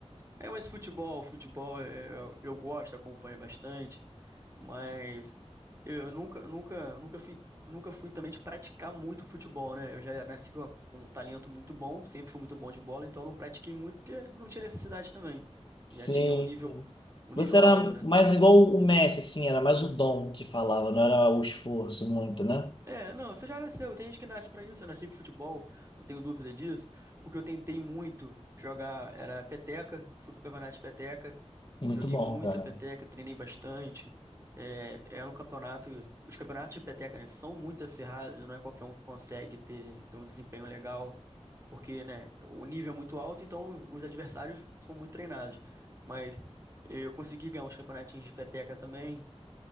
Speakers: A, on the right (about 25°); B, on the left (about 45°).
A: É, mas futebol, futebol, é- é- eu gosto, acompanho bastante. Mas eu nunca, eu nunca, nunca fui, nunca fui também de praticar muito futebol, né? Eu já nasci com, com um talento muito bom, sempre fui muito bom de bola, então eu não pratiquei muito porque não tinha necessidade também. Já
B: Sim,
A: tinha um nível,
B: sim.
A: um
B: Você
A: nível
B: era
A: alto, né?
B: mais igual o Messi, assim, era mais o dom que falava, não era o esforço muito, né?
A: É, não, você já nasceu, tem gente que nasce pra isso, eu nasci pro futebol, não tenho dúvida disso. O que eu tentei muito jogar era peteca, fui pro campeonato de peteca,
B: Muito
A: Joguei
B: bom,
A: muita
B: cara.
A: peteca, treinei bastante. É, era um campeonato. Os campeonatos de peteca, né, são muito acirrados, não é qualquer um que consegue ter, ter um desempenho legal, porque, né, o nível é muito alto, então os adversários são muito treinados. Mas eu consegui ganhar uns campeonatinhos de peteca também.